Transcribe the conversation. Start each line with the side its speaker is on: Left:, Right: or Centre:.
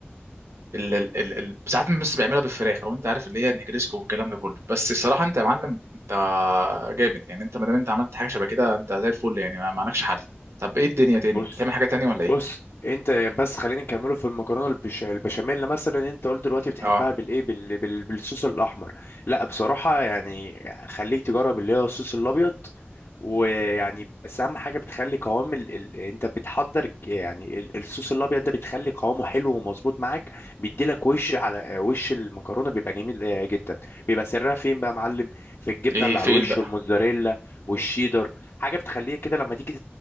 Right: ال ال ال ال- ساعات الناس بيعملها بالفراخ لو انت عارف اللي هي النجريسكو والكلام ده كله بس الصراحه انت يا معلم انت جامد يعني انت ما دام انت عملت حاجه شبه كده انت زي الفل يعني ما ما عندكش حل طب ايه الدنيا تاني
Left: بص
Right: بتعمل حاجه تانية ولا
Left: بص
Right: ايه
Left: انت بس خلينا نكمله في المكرونه البش... البشاميل مثلا انت قلت دلوقتي بتحبها
Right: اه
Left: بالايه بال... بال... بالصوص الاحمر لا بصراحه يعني خليك تجرب اللي هو الصوص الابيض ويعني بس اهم حاجه بتخلي قوام ال... ال... انت بتحضر ج- يعني ال- الصوص الابيض ده بتخلي قوامه حلو ومظبوط معاك بيديلك وش على وش المكرونه بيبقى جميل آه، جدا بيبقى سرها فين بقى يا معلم في الجبنه
Right: ايه
Left: اللي
Right: فين
Left: على الوش
Right: بقى
Left: والموتزاريلا والشيدر حاجه بتخليك كده لما تيجي